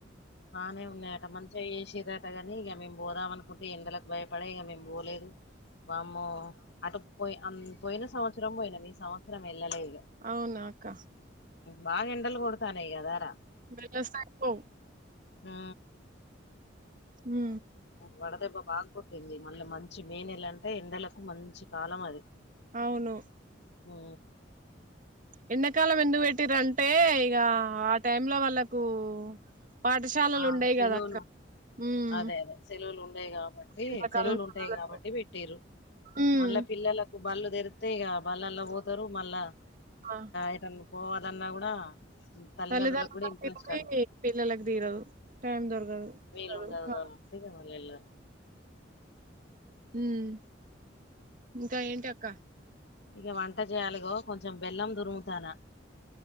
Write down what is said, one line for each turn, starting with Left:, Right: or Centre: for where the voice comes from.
Left: బానే ఉన్నాయట మంచిగా చేసిర ని ఇగ మేము పోదాం అనుకుంటే ఎండలకు భయపడే ఇగ మేము పోలేదు వామ్మో అటు పోయి పోయిన సంవత్సరం పోయిన నేను ఈ సంవత్సరం వెళ్ళలేదు
Right: అవునాక్క
Left: బాగా ఎండల్ కొడతానాఈగ అదారా
Right: వెలోసాయిపో
Left: ఉ
Right: హు
Left: వడదెబ్బ బాగా కొట్టింది మళ్ళ మంచి మేనెల అంటే ఎండలకు మంచి కాలం అది
Right: అవును
Left: ఉ
Right: ఎండాకాలం ఎందుకు పెట్టిరు అంటే ఇగ ఆ టైమ్ లో వాళ్ళకు పాఠశాలలు
Left: ఆ
Right: ఉండయి
Left: సెలవులు
Right: కదా అక్క ఉమ్
Left: అదే అదే సెలవులు ఉండయి కాబట్టి
Right: ఎండాకాలం
Left: సెలవులు
Right: సెలవులకు
Left: ఉంటాయి కాబట్టి పెట్టిరు
Right: ఉమ్
Left: మళ్ళ పిల్లలకు బళ్ళు తెరిత్తే ఇగ బళ్ళలా పోతారు మళ్ళా
Right: ఆ
Left: ఎటన్ పోవాలన్నా కూడా తల్లిదండ్రులకు
Right: తల్లిదండ్రులకి
Left: కూడా ఇంట్రెస్ట్ అ
Right: పిల్లలకి తీరదు టైం దొరకదు
Left: వేలు
Right: చదువు
Left: ఉండదు
Right: కాలం
Left: కాబట్టి మాల ఎల్
Right: ఉమ్ ఇంకా ఏంటి అక్క
Left: ఇంగ వంట చేయాలిగో కొంచెం బెల్లం దురుముతానా